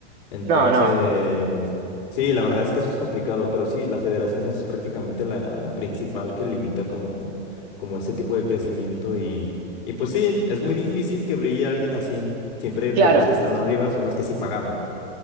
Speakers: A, on the left (about 45°); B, on the right (about 25°).
A: Entonces,
B: No, no.
A: sí, la verdad es que eso es complicado, pero sí, la federación es prácticamente la, la principal que limita como, como ese tipo de crecimiento y, y pues sí, es muy difícil que brille alguien así. Siempre
B: Claro.
A: pues los que están arriba son los que sí pagaron.